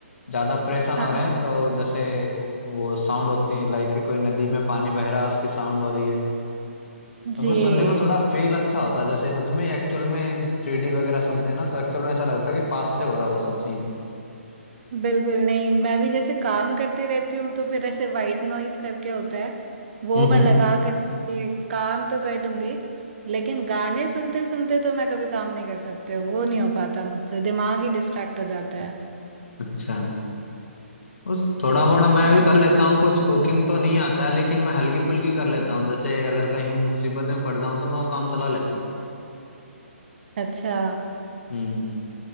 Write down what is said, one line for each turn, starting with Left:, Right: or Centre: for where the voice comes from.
Left: ज्यादा परेशान
Right: हाँ
Left: हो रहे हैं तो जैसे वो साउंड होती है लाइक कोई नदी में पानी बह रहा है उसकी साउंड हो रही है
Right: जी
Left: तो उनको सुनने में थोड़ा फील अच्छा होता है जैसे सच में एक्चुअल में थ्री डी वगैरह सुनते हैं ना तो एक्चुअल में ऐसा लगता है कि पास से हो रहा है वो सब सीन
Right: बिल्कुल नहीं मैं भी जैसे काम करती रहती हूँ तो फिर ऐसे वाइट नॉइस करके होता है वो
Left: हम्म
Right: मैं
Left: हम्म
Right: लगा कर के काम तो कर दूंगी लेकिन गाने सुनते सुनते तो मैं कभी काम नहीं कर सकती हूँ वो नहीं हो पाता मुझसे दिमाग ही डिस्ट्रैक्ट हो जाता है
Left: अच्छा उस थोड़ा मोड़ा मैं
Right: हम्म।
Left: भी कर लेता हूँ कुछ कुकिंग तो नहीं आता है लेकिन मैं हल्की फुल्की कर लेता हूँ जैसे अगर कहीं मुसीबत में पड़ जाऊँ तो मैं वो काम चला लेता हूँ
Right: अच्छा
Left: हम्म